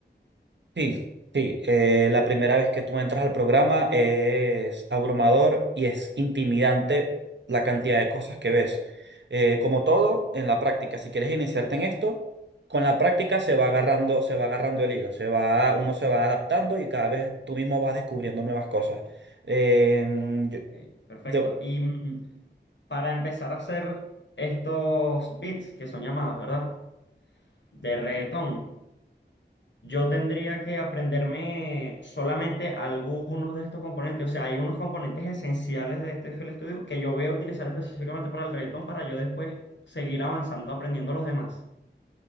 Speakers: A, on the right; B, on the left.
A: Sí, sí. eh, la primera vez que tú entras al programa es abrumador y es intimidante la cantidad de cosas que ves. Eh, como todo, en la práctica, si quieres iniciarte en esto, con la práctica se va agarrando, se va agarrando el hilo, se va, uno se va adaptando y cada vez tú mismo vas descubriendo nuevas cosas. Eh,
B: Ok,
A: yo-
B: perfecto.
A: yo-
B: Y mm, para empezar a hacer estos beats que son llamados, ¿verdad? De reggaetón. Yo tendría que aprenderme solamente algunos de estos componentes. O sea, hay unos componentes esenciales de este FL Studio que yo voy a utilizar específicamente para el reggaetón para yo después seguir avanzando aprendiendo los demás.